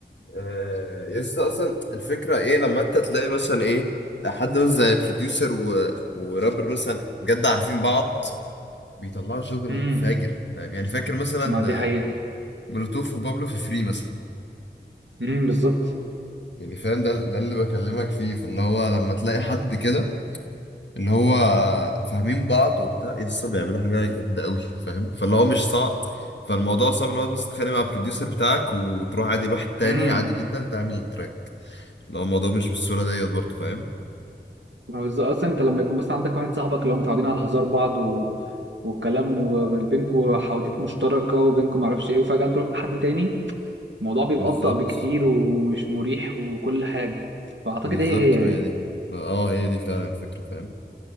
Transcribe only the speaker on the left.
آه، يس اصلا الفكره ايه لما انت تلاقي مثلا ايه حد مثلا زي بروديوسر و... ورابر مثلا بجد عارفين بعض بيطلعوا شغل
فاجر فاهم يعني فاكر مثلا
آه، مولوتوف وبابلو في فري مثلا
يعني فاهم ده ده اللي بكلمك فيه فاللي هو لما تلاقي حد كده اللي هو آه، فاهمين بعض وبتاع يس بيعملوا حاجه جامده قوي فاهم فاللي هو مش صعب فالموضوع صعب ان هو بس تتخانق مع البروديوسر بتاعك وتروح عادي لواحد تاني
عادي جدا تعمل التراك لو الموضوع مش بالسهوله ديت برضه فاهم
بالظبط
بالظبط
ما هي دي ما اه هي دي فعلا الفكرة فاهم